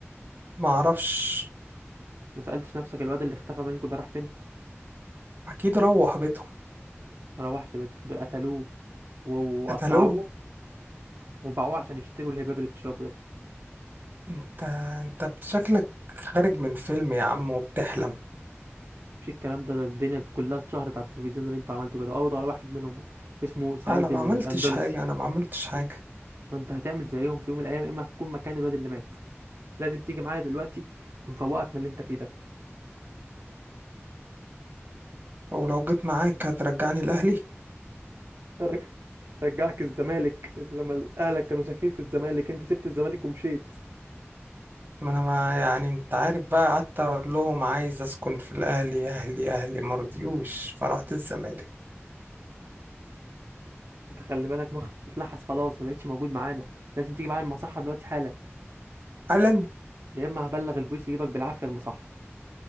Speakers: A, on the right; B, on the right.
A: ما اعرفش
B: ما سألتش نفسك الواد اللي اختفى منكوا ده راح فين
A: اكيد روح بيتهم
B: ما روحش بيته دول قتلوه و- وقطعوه
A: قتلوه
B: وباعوه عشان يشتروا الهباب اللي بتشربه ده
A: انت انت شكلك خارج من فيلم يا عم وبتحلم
B: مش الكلام ده, ده الدنيا كلها اتشهرت على التلفزيون اللي انتوا عملتوا كده قبضوا على واحد منهم اسمه سعيد
A: انا ما
B: الأندلسي
A: عملتش حاجة انا ما عملتش حاجة
B: ما انت هتعمل زيهم في يوم من الأيام يا إما هتكون مكان الواد اللي مات لازم تيجي معايا دلوقتي ونفوقك من اللي انت فيه ده
A: ولو جيت معاك هترجعني لاهلي
B: رج- رجعك الزمالك لما اهلك كانوا ساكنين في الزمالك انت سبت الزمالك ومشيت
A: ما انا ما يعني انت عارف بقى قعدت اقول لهم عايز اسكن في الاهلي اهلي اهلي مرضيوش فرحت الزمالك
B: انت خلي بالك مخك اتلحس خلاص ما بقتش موجود معانا لازم تيجي معايا المصحة دلوقتي حالا
A: قال
B: يا اما هبلغ البوليس يجيبك بالعافية المصحة